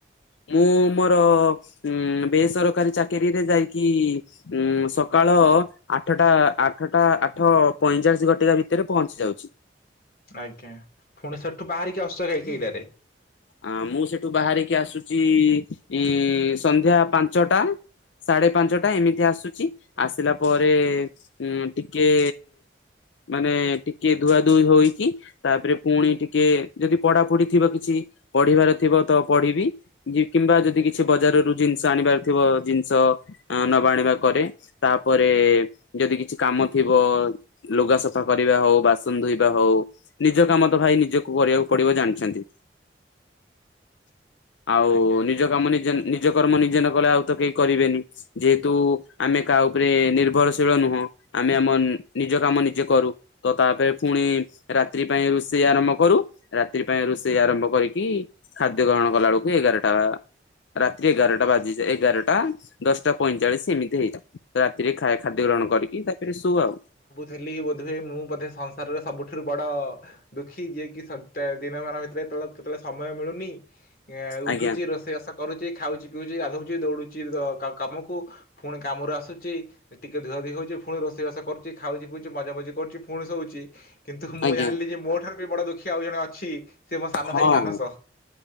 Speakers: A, on the left (about 80°); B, on the left (about 50°).
A: ମୁଁ ମୋର ଉଁ ବେସରକାରୀ ଚାକିରିରେ ଯାଇକି ଉଁ ସକାଳ ଆଠଟା ଆଠଟା ଆଠ ପଇଁଚାଳିଶ ଘଟିବା ଭିତରେ ପହଞ୍ଚି ଯାଉଛି।
B: ଆଜ୍ଞା ଫୁଣି ସେଠୁ ବାହାରିକି ଆସୁଛ କେ-କେଇଟାରେ
A: ଆଁ ମୁଁ ସେଠୁ ବାହାରିକି ଆସୁଛି-ଇ ସନ୍ଧ୍ୟା ପାଞ୍ଚଟା ସାଢେ ପାଞ୍ଚଟା ଏମିତି ଆସୁଛି ଆସିଲା ପରେ ଉ ଟିକେ ମାନେ ଟିକେ ଧୁଆ ଧୁଇ ହୋଇକି ତାପରେ ପୁଣି ଟିକେ ଯଦି ପଡାପଡି ଥିବ କିଛି ପଢ଼ିବାର ଥିବ ତ ପଢିବି କିମ୍ବା ଯଦି
B: ଆଜ୍ଞା
A: କିଛି ବଜାର ରୁ ଜିନିଷ ଆଣିବାରଥିବ ଜିନିଷ ଅଁ ନବାଆଣିବା କରେ ତାପରେ ଯଦି କିଛି କାମ ଥିବ ଲୁଗା ସଫା କରିବା ହଉ ବାସନ ଧୋଇବା ହଉ ନିଜ କାମ ତ ଭାଇ ନିଜକୁ କରିବାକୁ ପଡିବ ଜାଣିଛନ୍ତି। ଆଉ
B: ଆଜ୍ଞା ଆଜ୍ଞା
A: ନିଜ କାମ ନିଜେ, ନିଜ କର୍ମ ନିଜେ ନ କଲେ ଆଉ ତ କେହି କରିବେନି। ଯେହେତୁ ଆମେ କାହା ଉପରେ ନିର୍ଭରଶୀଳ ନୁହଁ। ଆମେ ଆମ-ମ ନିଜ କାମ ନିଜେ କରୁ। ତ ତାପରେ ପୁଣି ରାତ୍ରି ପାଇଁ ରୋଷେଇ ଆରମ୍ଭ କରୁ ରାତ୍ରି ପାଇଁ ରୋଷେଇ ଆରମ୍ଭ କରିକି କି ଖାଦ୍ୟ ଗ୍ରହଣ କଲା ବେଳକୁ ଏଗାର ଟା ରାତ୍ରି ଏଗାରଟା ବାଜି ଯିଏ ଏଗାରଟା ଦଶଟା ପଇଁଚାଳିଶ ଏମିତି ହେଇଯାଏ। ରାତିରେ ଖା-ଖାଦ୍ୟ ଗ୍ରହଣ କରିକି ତାପରେ ଶୁ ଆଉ
B: ହେଲି ବୋଧହୁଏ ମୁଁ ବୋଧେ ସଂସାରର ସବୁଠାରୁ ବଡ଼ ଦୁଃଖୀ ଯିଏ କିି ସତା ଦିନମାନ ଭିତରେ କେତେବେଳେ କେତେବେଳେ ସମୟ ମିଳୁନି ଏ ଉଠୁଛି
A: ଆଜ୍ଞା
B: ରୋଷେ ବାସ କରୁଛି ଖାଉଛି ପିଉଛି ଗାଧଉଛି ଦୌଡୁଛି ଜ କା- କାମକୁ ପୁଣି କାମରୁ ଆସୁଛି। ଟିକେ ଧୁଆଧିଇ ହଉଛିୁ ପୁଣି ରୋଷେଇବାସ କରୁଛି ଖାଉଛି ପିଉଛି ମଜାମଜି କରୁଛି ପୁଣି ଶୋଉଛି। କିନ୍ତୁ ମୁଁ
A: ଆଜ୍ଞା
B: ଜାଣିଲି ଯେ ମୋ ଠାରୁ ବି ବଡ ଦୁଃଖୀ ଆଉ ଜଣେ ଅଛି ସିଏ ମୋ ସାନ
A: ହଁ
B: ଭାଇ
A: ହଁ।
B: ମାନସ